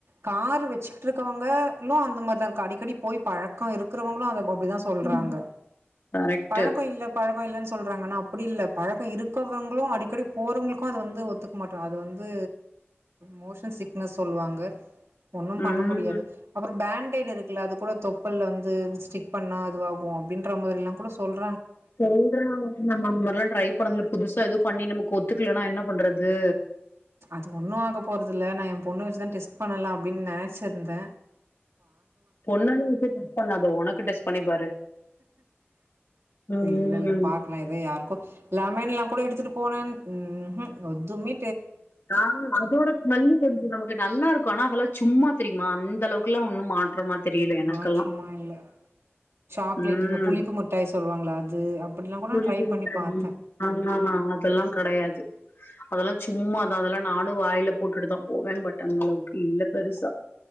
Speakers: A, on the right (about 85°); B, on the left (about 65°).
A: கார் வச்சுட்டு இருக்கவங்க இன்னு அந்த மாரிதா இருக்கு அடிக்கடி போய் பழக்க இருக்றவங்களு அத அப்டிதா சொல்றாங்க
B: ம் கரெக்ட்டு
A: பழக் பரவா இல்லன்னு சொல்றாங்க ஆனா அப்டி இல்ல பழக்க இருக்கவங்களு அடிக்கடி போறவங்ளுக்கு அது வந்து ஒத்துக்க மாட்ட அது வந்து மோசன் சிக்னஸ் சொல்லுவாங்க ஒன்னு
B: ம்
A: பண்ண முடியாது ஒரு பேண்டைட் இருக்குல அது கூட தொப்பல்ல வந்து ஸ்டிக் பண்ணா அதுவாகு அப்டின்றமாதிரலா கூட சொல்
B: சொல்றாங்க ஆன நம்ம அந்த மாரி எல்லா ட்ரை பண்ணது இல்ல புதுசா எது பண்ணி நமக் ஒத்துக்கலனா என்ன பண்றது
A: அது ஒண்ணு ஆக போறதில்ல நா எ பொண்ணு வச்சுதா டெஸ்ட் பண்ணலா அப்டின் நெனச்சிருந்த
B: பொண்ண வச் டெஸ்ட் பண்ணாத உனக்கு டெஸ்ட் பண்ணி பாரு ம்
A: இல்ல இல்ல பாக்லா எதோ யாருக்கொ லெமன்ல கூட எடுத்துட் போன ம் ம் எதுமே
B: நாங்க அதோட ஸ்மெல்லு கொஞ்ச நமக்கு நல்லா க்கானா அதெல்லா சும்மா தெரியுமா அந்த அளவுக்குலா ஒன்னு மாற்றமா தெரியல எனக்கெல்லா
A: மாற்றமா இல்ல சாக்லேட்
B: ம்
A: இந்த புளிப்பு மிட்டாய் சொல்லுவாங்ள அது அப்டிலா கூட
B: புளிப்புள்ள
A: ந ட்ரை பண்ணி
B: தண்ணி
A: பாத்த
B: ஆ அதெல்லா கெடயாது அதெல்லா சும்மாதா அதெல்லா நானு வாயில போட்டுட்டுதா போவே பட் அந்தளவுக்கு இல்ல பெருசா